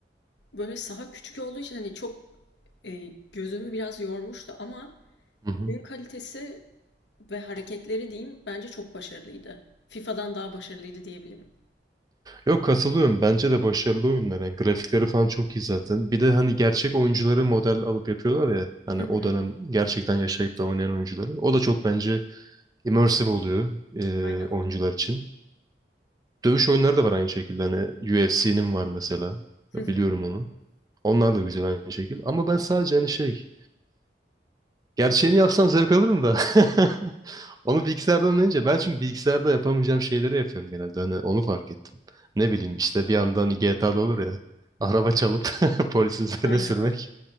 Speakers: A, on the left; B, on the right.
A: Böyle saha küçük olduğu için hani çok e, gözümü biraz yormuştu ama
B: Hı hı.
A: oyun kalitesi ve hareketleri diyeyim bence çok başarılıydı. FIFA'dan daha başarılıydı diyebilirim.
B: Yok katılıyorum. Bence de başarılı oyunlar. Yani grafikleri falan çok iyi zaten. Bir de hani gerçek oyuncuları model alıp yapıyorlar ya. Hani
A: Hı hı.
B: o dönem gerçekten yaşayıp da oynayan oyuncuları. O da çok bence immersive oluyor e,
A: Aynen.
B: oyuncular için. Dövüş oyunları da var aynı şekilde. Hani UFC'nin var mesela.
A: Hı
B: Biliyorum
A: hı.
B: onu. Onlar da güzel aynı şekilde. Ama ben sadece hani şey... Gerçeğini yapsam zevk alırım da. <laughs> Onu bilgisayardan oynayınca ben çünkü bilgisayarda yapamayacağım şeyleri yapıyorum genelde. Hani onu fark ettim. Ne bileyim işte bir yandan hani GTA'da olur ya. Araba çalıp <laughs> polisin üzerine
A: Aynen.
B: sürmek.